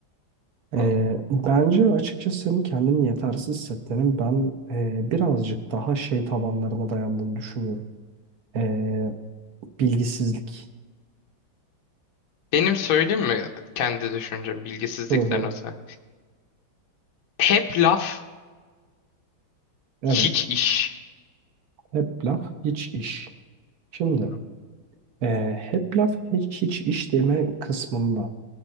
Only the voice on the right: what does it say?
E,
bence açıkçası senin kendini yetersiz hissetmenin ben e, birazcık daha şey tabanlarına dayandığını düşünüyorum. E, bilgisizlik.
Hı hı.
Evet.
Hep laf, hiç iş. Şimdi
e, hep laf, hiç, hiç iş deme kısmında.